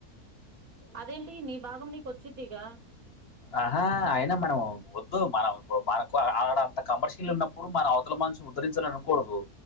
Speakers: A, on the right; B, on the left.
A: అదేంటి నీ భాగం నీకు వచ్చుద్దిగా
B: ఆహా అయినా మనం ఒద్దు మనం బో బనకు ఆ ఆడంత కమర్షియల్ ఉన్నప్పుడు మన అవతల మనిషు ఉద్దరించలనకూడదు